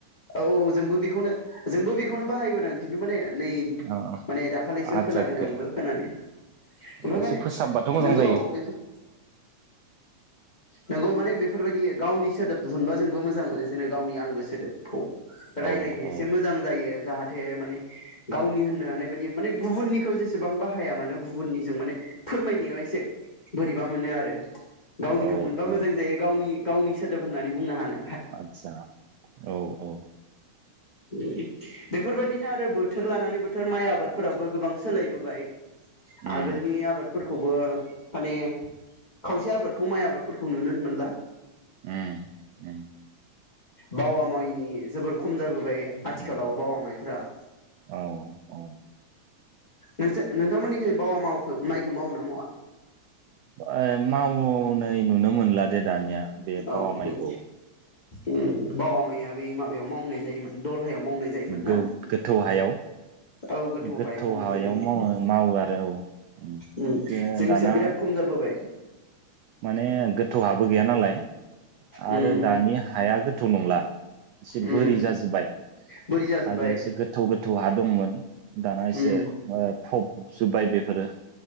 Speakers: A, on the left; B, on the right.
A: औ जोंबो बेखौनो जोंबो बेखौनो बाहायबोदोंं खिथु माने नै
B: ओ ओ
A: माने दाखालिसो
B: आदसा
A: खोनादों
B: गो-
A: आंबो खोनानाय ओमफ्राय
B: एसे
A: माने
B: फोसाबबाथ' मोजां
A: नोंगौ
B: जायो
A: बेफोर नोंगौ माने बेफोरबायदि गावनि सोदोब दिहुनबा जोंबो मोजां मोनो जेननो गावनि आंगो सोदोबखौ रायजलायनो
B: औ औ
A: एसे मोजां जायो जाहाथे। जाहाथे माने गावनि होननो हानाय बायदि माने गुबुननिखौ जेसेबां बाहाया मानो गुबुननिजों माने फोरमायनायाव एसे बोरैबा मोनो आरो।
B: औ
A: मोनबा मोजां
B: औ
A: जायो गावनि गावनि सोदोब होननानै बुंनो हानाय।
B: आतसा औ औ।
A: <unintelligible> बेफोरबायदिनो आरो बोथोर लानानै बोथोर। बोथोर माइ आबादफोराबो गोबां सोलायबोबाय
B: उम
A: आगोलनि आबादफोर खौबो माने खावसे आबादखौ माइ आबाद फोरखौ नुनो मोनला।
B: ओम ओम
A: बावा माइनि जोबोर खम खम जाबोबाय
B: उम
A: आथिखालाव बावा माइफ्रा
B: औ औ
A: नोंसो नोंथांमोननिखै बावा मावखो माइखौ मावो ना मावा
B: ओ मावनाय नुनो मोनला दे दानिया बे बावा
A: औ हो-
B: माइखौ
A: ओम बावा माइया बै माबायाव मावनाय जायोमोन। दलहायाव मावनाय जायोमोन
B: गौ
A: ना
B: गोथौ हायाव
A: औ
B: गोथौ
A: मावनाय
B: हायाव
A: जादोंमोन
B: मावो
A: खिन्थु
B: मावो आरो औ
A: उम
B: बेखौ
A: जोंनिसा
B: दाना
A: बिराद खम जाबोबाय
B: माने गोथौहाबो गैया नालाय।
A: उम
B: आरो दानि हाया गोथ गोथौ नंला। एसे
A: उम
B: बोरि जाजोबबाय
A: बोरि जाजोब्बाय
B: आगोल एसे गोथौ गोथौ। आदोममोन दाना एसे
A: उम
B: ओ फबजोब्बाय बे आरो